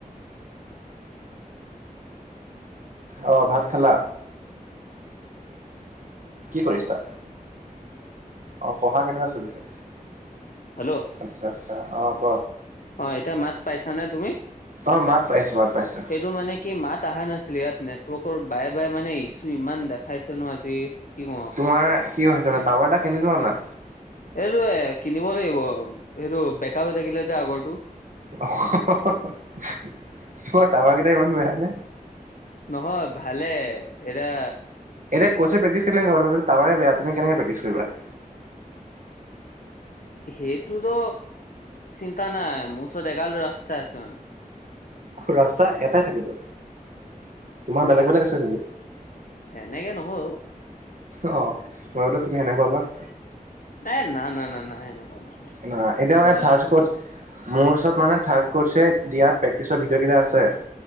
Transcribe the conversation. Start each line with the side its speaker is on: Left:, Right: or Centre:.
Right: অ ভাত খালা? কি কৰিছা? অ পঢ়া কেনেকােৱা চলিছে?
Left: হেল্ল'
Right: আচ্ছা আচ্ছা অ ক
Left: অ এতিয়া মাত পাইছানে তুমি?
Right: অঁ মাত পাইছোঁ মাত পাইছোঁ।
Left: এইটো মানে কি মাত অহা নাছিলে ইয়াত নেটৱৰ্কৰ বায়ে বায়ে মানে ইছ্যু ইমান দেখাইছে ন আজি কি ক
Right: তোমাৰ কি হৈছে মানে টাৱাৰ এটা কিনি লোৱা না
Left: এইটো এ কিনিব লাগিব সেইটো বেকআপ হৈ থাকিলে যে আগৰটো
Right: অ হ হ হ তোমাৰ টাৱাৰ কেইটা ইমান বেয়া নে?
Left: নহয় ভালে এয়া
Right: এতিয়া কৰ্চে প্ৰেক্টিচ কেনেকে কৰাব তাৱাৰে বেয়া তুমি কেনেক প্ৰেক্টিচ কৰিবা?
Left: সেইটোতো চিন্তা নাই মোৰ ওচৰত এগাল ৰাস্তা আছে মানে।
Right: ৰাস্তা এটাই থাকে ত তোমাৰ বেলেগ
Left: ৰাচ
Right: বেলেগ আছে নেকি?
Left: সেনেকে নহয় অ
Right: অ মই বোলো তুমি সেনেকুৱা বা -
Left: এ না না না নাই সেনেকুৱা নহয়
Right: ন এতিয়া
Left: ভয়
Right: মানে থাৰ্ড
Left: নকৰিবা
Right: কৰ্চ মোৰ ওচৰত মানে থাৰ্ড ক'ৰ্চে দিয়া প্ৰেক্টিচৰ ভডিঅ'কেইটা আছে।